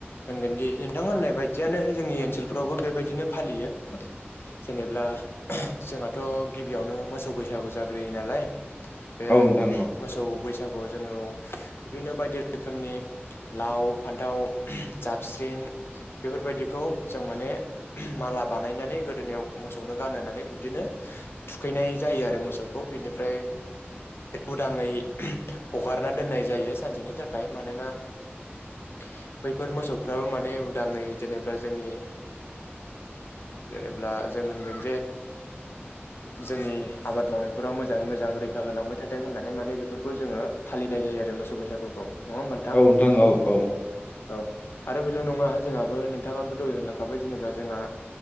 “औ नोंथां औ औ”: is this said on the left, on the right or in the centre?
Left